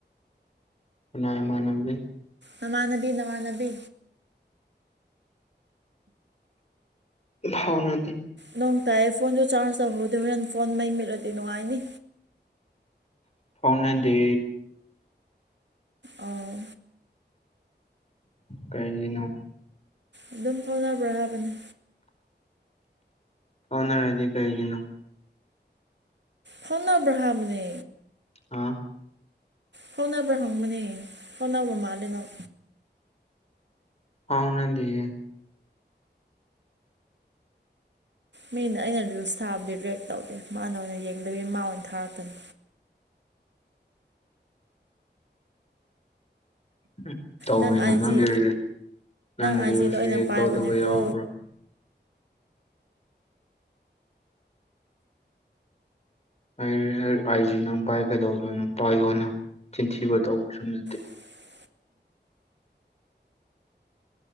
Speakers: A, on the left; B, on the right.
A: ꯀꯥꯅꯥꯏ ꯏꯃꯥꯟꯅꯕꯤ
B: ꯅꯃꯥꯟꯅꯕꯤ ꯅꯃꯥꯟꯅꯕꯤ
A: ꯐꯥꯎꯅꯗꯦ
B: ꯅꯣꯡ ꯇꯥꯏꯌꯦ ꯐꯣꯟꯁꯨ ꯆꯥꯔꯖ ꯇꯧꯍꯧꯗꯦ ꯍꯣꯔꯦꯟ ꯐꯣꯟ ꯃꯩ ꯃꯨꯠꯂꯗꯤ ꯅꯨꯡꯉꯥꯏꯅꯤ
A: ꯐꯥꯎꯅꯗꯦ
B: ꯑꯣ
A: ꯀꯩꯒꯤꯅꯣ
B: ꯑꯗꯨꯝ ꯐꯥꯎꯅꯕ꯭ꯔꯥ ꯍꯥꯏꯕꯅꯤ
A: ꯐꯥꯎꯅꯔꯗꯤ ꯀꯩꯒꯤꯅꯣ
B: ꯐꯥꯎꯅꯕ꯭ꯔꯥ ꯍꯥꯏꯕꯅꯦ
A: ꯑꯥ
B: ꯐꯥꯎꯅꯕ꯭ꯔꯥ ꯍꯪꯕꯅꯦ ꯐꯥꯎꯅꯕ ꯃꯥꯜꯂꯦ ꯅꯪ
A: ꯐꯥꯎꯅꯗꯤꯌꯦ
B: ꯃꯤꯅ ꯑꯩꯅ ꯂꯨꯁ ꯊꯥꯕꯗꯤ ꯔꯤꯌꯦꯛ ꯇꯧꯗꯦ ꯃꯥꯅ ꯑꯣꯏꯅ ꯌꯦꯡꯗꯕꯤ ꯃꯥ ꯑꯣꯏꯅ ꯊꯥꯔꯛꯀꯅꯤ
A: ꯍꯝ ꯇꯧꯋꯤꯅ
B: ꯅꯪ ꯑꯥꯏꯖꯤ
A: ꯅꯪꯒꯤ ꯔꯤ ꯅꯪ
B: ꯑꯥꯏꯖꯤꯗꯣ
A: ꯔꯤꯜꯁ
B: ꯑꯩꯅ
A: ꯔꯤꯌꯦꯛ
B: ꯄꯥꯏꯕꯅꯦꯀꯣ
A: ꯇꯧꯗꯕ ꯌꯥꯎꯕ꯭ꯔꯥ ꯑꯩ <unintelligible> ꯑꯥꯏꯖꯤ ꯅꯪ ꯄꯥꯏꯔ ꯀꯩꯗꯧꯗꯣꯏꯅꯣ ꯄꯥꯏꯌꯣꯅ ꯆꯤꯟꯊꯤꯕ ꯇꯧꯕꯁꯨ ꯅꯠꯇꯦ
B: <unintelligible>